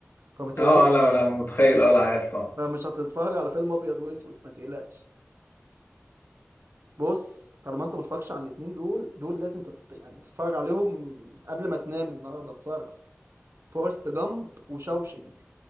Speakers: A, on the right (about 65°); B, on the left (about 55°).
A: فما تقلقش
B: اه لا انا متخيل اه لا عارف طبعا
A: فمش هتتفرج على فيلم ابيض واسود ما تقلقش بص طالما انت ما اتفرجتش على الاتنين دول دول لازم تت... يعني تتفرج عليهم قبل ما تنام النهارده تصرف فورست جامب وشاوشينج